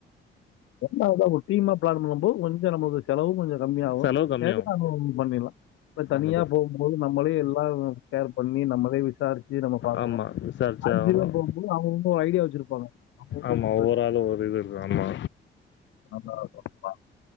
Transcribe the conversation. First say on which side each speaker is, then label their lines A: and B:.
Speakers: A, on the left; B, on the left.
A: என்னா அதா ஒரு டீமா பிளான் பண்ணும்போது கொஞ்சோ நமக்கு செலவும் கொஞ்ச கம்மிய ஆவும்
B: செலவு கம்மியாகும்.
A: ஏதுவான ரூம் பண்ணிலா இப்ப தனியா
B: ஆமா,
A: போவும்போது நம்மளே எல்லாம் கேர் பண்ணி நம்மளே விசாரிச்சு நம்ம பாக்கணு
B: ஆமா. விசாரிச்சு
A: அஞ்சு
B: ஆகணும்.
A: பேர் போகும்போது அவுங்க ஒரு ஐடியா வச்சிருப்பாங்க அவங்கவங்க
B: ஆமா ஒவ்வொரு ஆளும் ஒரு இது இருக்கும் ஆமா
A: ஆமா ஆமா <unintelligible>